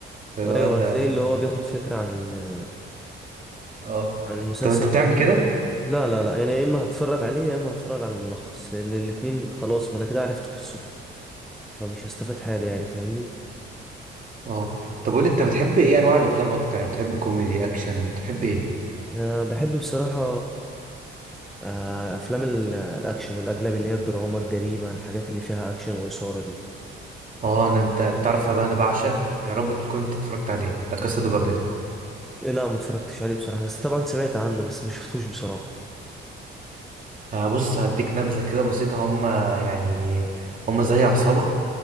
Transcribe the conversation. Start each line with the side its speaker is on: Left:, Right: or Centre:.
Right: هو
Centre: ايوه
Right: انت
Centre: هتلاقي اللي هو بياخد فكرة عن ال...
Right: اه
Centre: عن المسلسل
Right: طب انت بتعمل كده
Centre: لا لا لا يعني يا اما هتفرج عليه يا اما هتفرج على الملخص لان الاتنين خلاص ما انا كده عرفت قصته فمش هستفاد حاجه يعني فاهمني
Right: اه طب قول لي انت بتحب ايه انواع الافلام اكتر يعني بتحب كوميدي اكشن بتحب ايه
Centre: انا بحب بصراحه آه، افلام ال- الاكشن والاجنبي اللي هي الدراما الجريمه الحاجات اللي فيها اكشن واثاره دي
Right: اه انا انت تعرف بقى انا بعشق يا رب تكون انت اتفرجت عليه لا كاسا دو بابيل
Centre: لا ما اتفرجتش عليه بصراحه بس طبعا سمعت عنه بس ما شفتوش بصراحه
Right: آه، بص هديك نبذه كده بسيطه هم يعني هم زي عصابه